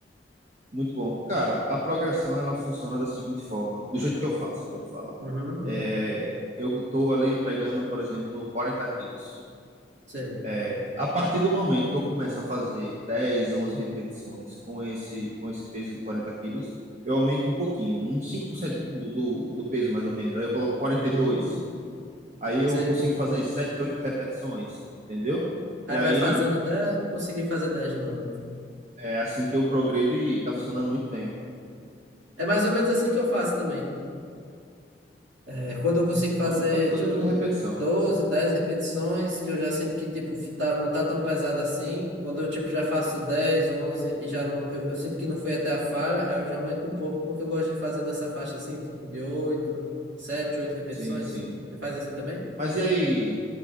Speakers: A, on the right; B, on the right.
A: Muito bom. Cara, a progressão ela funciona da seguinte forma, do jeito que eu faço, eu vou lhe falar.
B: Uhum,
A: É, eu tô ali pegando, por exemplo, 40 quilos.
B: sei,
A: É, a partir do momento que eu começo a fazer 10, 11 repetições com esse, com esse peso de 40 quilos, eu aumento um pouquinho, uns 5% do, do, do peso mais ou menos. Aí eu coloco quarenta
B: uhum,
A: e dois, Aí eu
B: sei.
A: consigo fazer 7, 8 repetições, entendeu?
B: Aí
A: E aí
B: vai fazendo até conseguir fazer 10 de novo.
A: é assim que eu progredo e tá funcionando muito bem.
B: É mais ou menos assim que eu faço também. É, quando eu consigo fazer,
A: Só não pode fazer
B: tipo,
A: muita repetição.
B: 12 10 repetições, que eu já sinto que, tipo, fi- tá, não tá tão pesado assim. Quando eu, tipo, já faço 10 11 e já não... Eu, eu sinto que não foi até a falha, aí eu já aumento um pouco, porque eu gosto de fazer nessa faixa, assim, tipo, de 8 7 8 repetições.
A: Sim, sim.
B: Você faz assim também?
A: Mas e aí,